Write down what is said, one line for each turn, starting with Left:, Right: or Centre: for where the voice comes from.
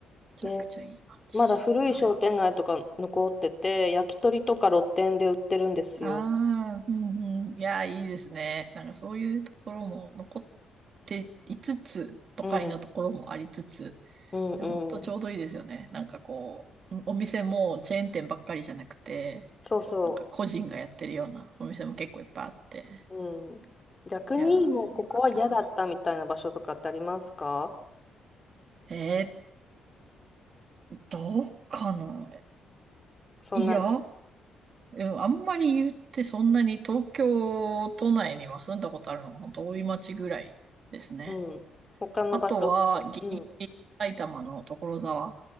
Right: めちゃくちゃいい街。
Left: で、まだ古い商店街とか残ってて、
Right: はい。
Left: 焼き鳥とか露店で売ってるんですよ。
Right: ああ、うん、うん。いや、いいですね。なんかそういうところも残っていつつ、都会のところもありつつ、
Left: うん、うん、うん。
Right: いや、本当ちょうどいいですよね。なんかこう、お店もチェーン店ばっかりじゃなくて、
Left: そうそう。
Right: なんか個人がやってるようなお店も結構いっぱいあって。
Left: うん。逆にもうここは嫌だったみたいな場所とかってありますか
Right: いやー、よかったな。えー、どうかな
Left: そんなに、
Right: いや、うんあんまり言ってそんなに東京都内には住んだことあるのは本当大井町ぐらいですね。
Left: うん。他の場所とか、
Right: あとは、ギリギリ
Left: うん。
Right: 埼玉の所沢